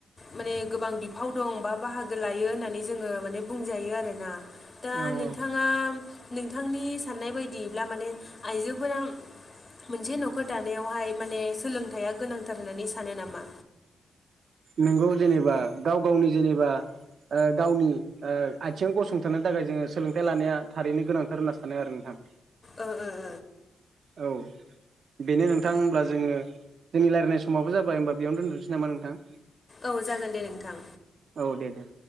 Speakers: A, on the left; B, on the right.
A: माने गोबां बिफाव दं बा बाहागो लायो होननानै जोङो माने बुंजायो आरोना। दा
B: औ
A: नोंथाङा
B: औ
A: नोंथांनि साननाय बायदियैब्ला माने आइजोफोरा मोनसे नखर दानायावहाय माने सोलोंथाइया गोनांथार होननानै सानो नामा?
B: नोंगौ जेनेबा गाव गावनि जेनेबा ओ गावनि ओ आथिंङाव गसंथानो थाखाय जोङो सोलोंथाइ लानाया थारैनो गोनांथार होनना सानो आरो नोंथां।
A: ओ ओ
B: औ बेनो नोंथां होमब्ला जोङो जोंनि रायलायनाय समावबो जाबाय होमबा बेयावनो दोनथनोसै नामा नोंथां?
A: औ जागोन दे नोंथां।
B: औ दे दे।